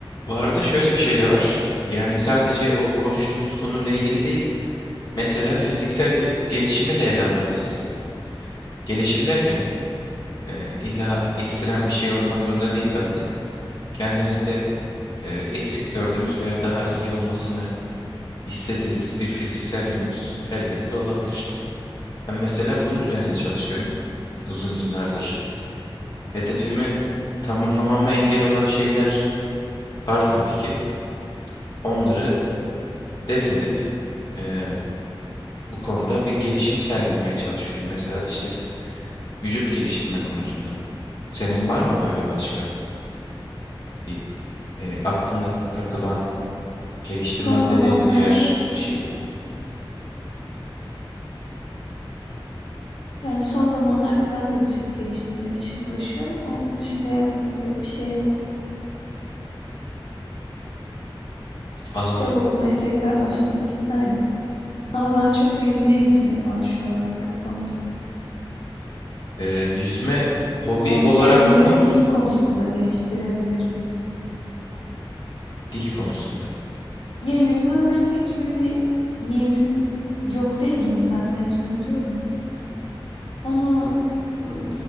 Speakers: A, on the left; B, on the left.
A: Bu arada şöyle bir şey de var. Yani sadece o konuştuğumuz konuyla ilgili değil. Mesela fiziksel bir gelişimi de ele alabiliriz. Gelişim derken e, illa ekstrem bir şey olmak zorunda değil tabii de. Kendimizde e, eksik gördüğümüz veya daha iyi olmasını istediğimiz bir fiziksel yönümüz elbette olabilir. Ben mesela bunun üzerine çalışıyorum uzun yıllardır. Hedefimi tamamlamama engel olan şeyler var tabii ki. Onları def edip e, bu konuda bir gelişim sergilemeye çalışıyorum. Mesela işte s- vücut geliştirme konusunda. Senin var mı böyle başka bir e, aklında takılan geliştirmem
B: Son zamanlarda
A: dediğin bir yer bir şey?
B: yani son zamanlarda ben de vücut geliştirmek için uğraşıyorum ama onun dışında yaptığım pek bir şey yok.
A: Anladım.
B: Kitap okumaya tekrar başlamak isterdim. Ama daha çok yüzmeye gitmek var şu aralar kafamda.
A: E, yüzme hobi
B: Ama
A: olarak
B: kendimi
A: mı
B: dil konusunda geliştirebilirim.
A: dil konusunda?
B: Ya yüzme öğrenmek gibi bir niyetim yok demeyeyim. Zaten yüzme biliyorum. Onu ıı,